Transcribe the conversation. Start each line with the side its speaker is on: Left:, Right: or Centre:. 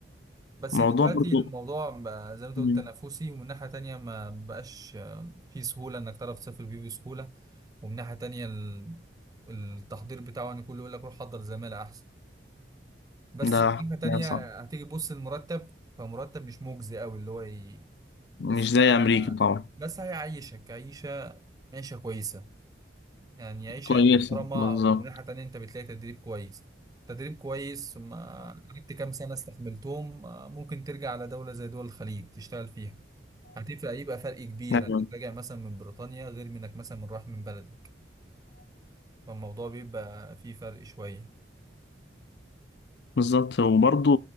Right: بس
Left: موضوع
Right: دلوقتي
Left: برضه
Right: الموضوع بقى زي ما أنت
Left: مم.
Right: قلت تنافسي ومن ناحية تانية ما بقاش آه، فيه سهولة إنك تعرف تسافر بيه بسهولة ومن ناحية تانية ال- التحضير بتاعه يعني كله يقول لك روح حضر زمالة أحسن بس
Left: ده
Right: من
Left: حقيقة
Right: ناحية تانية
Left: صح
Right: هتيجي تبص المرتب فمرتب مش مجزي أوي اللي هو ي...
Left: مش
Right: بس
Left: زي أمريكا طبعا
Right: بس هيعيشك عيشة عيشة كويسة يعني عيشة
Left: كويسة
Right: محترمة
Left: بالظبط
Right: ومن ناحية تانية أنت بتلاقي تدريب كويس تدريب كويس ثم قعدت كام سنة استحملتهم ممكن ترجع على دولة زي دول الخليج تشتغل فيها هتفرق يبقى فرق كبير
Left: أيوة
Right: انك راجع مثلا من بريطانيا غير منك مثلا من راح من بلدك فالموضوع بيبقى فيه فرق شوية
Left: بالظبط وبرضه